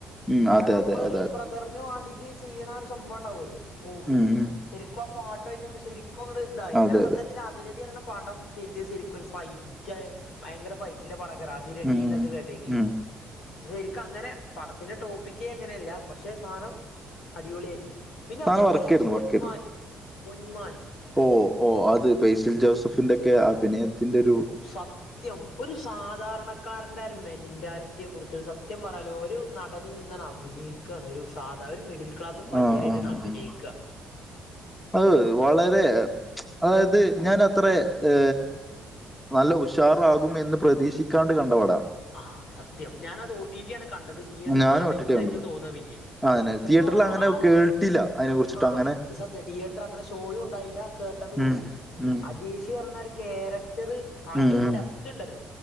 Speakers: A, in the centre; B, on the left.
A: ഉം
B: അതായത്
A: അതെ
B: നമ്മള്
A: അതെ അതെ
B: ഒരു
A: അതെ
B: ബ്രദറിന് വാണ്ടീട്ട് ചെയ്യ്ണ ആ ഒരു സംഭവം ഇണ്ടാവൊല്ലോ ഓ
A: ഉം ഉം
B: ശരിക്കും ആ പാട്ടായിറ്റങ്ങട്ട് ശരിക്കും അങ്ങട് ഇതായി
A: അതെ
B: ഞാൻ സത്യത്തിൽ
A: അതെ
B: അതിരടി പറയിണ പടം കേറ്റിയ സരിക്കും ഒരു ഫൈറ്റായി ഭയങ്കര ഫൈ ല്ല പടേക്കാരം അതിരടി
A: ഉം
B: എന്നൊക്കെ കേട്ടെക്കി
A: ഉം
B: ശെരിക്ക് അങ്ങെനെ പടത്തിന്റെ ടോ പ്പിക്കെ അങ്ങനെയല്ല പക്ഷെ സാനം അടിപൊളിയായിരുന്നു പിന്നെ
A: സാധനം
B: അതേപോലെ
A: വർക്കായിരുന്നു
B: പൊന്മാന്
A: വർക്കായിരുന്നു
B: പൊന്മാന്
A: ഓ ഓഹ് അത് ബേസിൽ ജോസഫിന്റൊക്കെ അഭിനയത്തിന്റെ ഒരു
B: ഫ ത്യം ഒരു സാധാരണക്കാരന്റെ ഒരു മെന്റാലിറ്റിയെക്കുറിച്ച് ഒരു സത്യം പറയാല്ലോ ഒരു നടൻ നിനിന്നാണ് അഭിനയി ക്കാണല്ലോ ഒരു സാധാ ഒരു മിഡിൽ ക്ലാസ് പയ്യനായിട്ട്
A: ആഹ് ആഹ്
B: അഭിനയിക്ക്അ
A: ആഹ് അത് വളരെ അതായത് ഞാൻ അത്രെ ഏ നല്ല കുശ് സ്റ്റാറാകുമെന്ന് പ്രതീക്ഷിക്കാണ്ട് കണ്ടപട
B: ആഹ് സത്യം ഞാനത് ഒ ടി ടി ആണ് കണ്ടത് തിയേറ്റർ
A: ഞാനും
B: കാണേന്നു
A: ഒ ടി ടി യാ കണ്ടത്
B: എനിക്ക് തോന്നാ പിന്നെ
A: അങ്ങനെ
B: സത്യം
A: തിയേറ്ററിൽ
B: പറഞ്ഞാ
A: അങ്ങനെ
B: ആ ഒരു
A: കേട്ടില്ല അതിനെ കുറിച്ചിട്ട്
B: ആ
A: അങ്ങനെ
B: സത്യ തീയേ ങ്ങനെ ഷോയും ഉണ്ടായില്ല കേട്ടതുംല്ല
A: ഉം ഉം
B: അജേഷി പറഞ്ഞ ഒരു ക്യാരക്ടറ് ആ അയിന്റെ
A: ഉം
B: ഒരു
A: ഉം
B: ഡെപ്ത്ത് ഇണ്ടല്ലോ